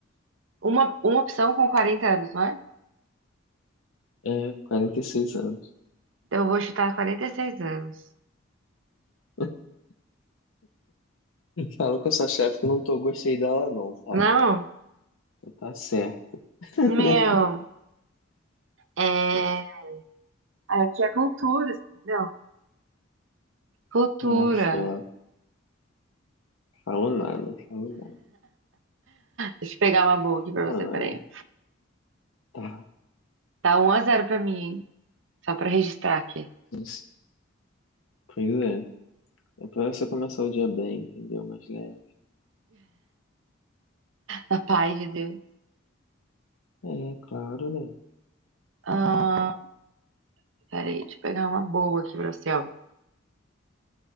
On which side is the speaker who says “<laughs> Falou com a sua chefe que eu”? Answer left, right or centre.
Left